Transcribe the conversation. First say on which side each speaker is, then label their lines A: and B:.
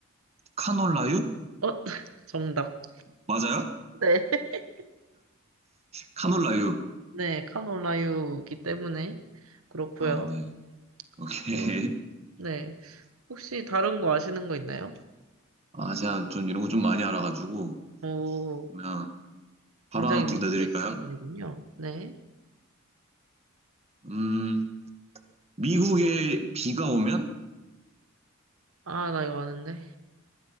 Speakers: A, on the right (about 30°); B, on the right (about 85°).
A: 카놀라유?
B: 어, <laughs> 정답.
A: 맞아요?
B: 네. <laughs>
A: 카놀라유.
B: 네, 카놀라유기 때문에 그렇고요.
A: 아, 네. 오케이.
B: 그럼, 네. 혹시 다른 거 아시는 거 있나요?
A: 아, 제가 좀 이런 거 좀 많이 알아가지고,
B: 오,
A: 그러면
B: 굉장히
A: 바로 하나 더
B: 위트
A: 내드릴까요?
B: 있으신 분이군요. 네.
A: 음, 미국에 비가 오면?
B: 아, 나 이거 아는데.